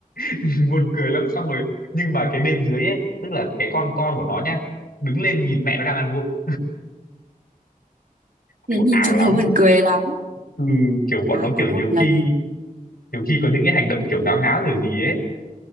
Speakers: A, on the left; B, on the right.
A: <laughs> buồn cười lắm xong rồi nhưng mà cái bên dưới ấy tức là cái con con của nó nhá đứng lên nhìn mẹ nó đang ăn vụng
B: Thế
A: kiểu
B: nhìn
A: ảo
B: chúng
A: lắm
B: nó buồn cười lắm
A: ừ, kiểu bọn
B: À,
A: nó
B: có
A: kiểu
B: một
A: nhiều
B: lần
A: khi nhiều khi có những cái hành động kiểu ngáo ngáo kiểu gì ấy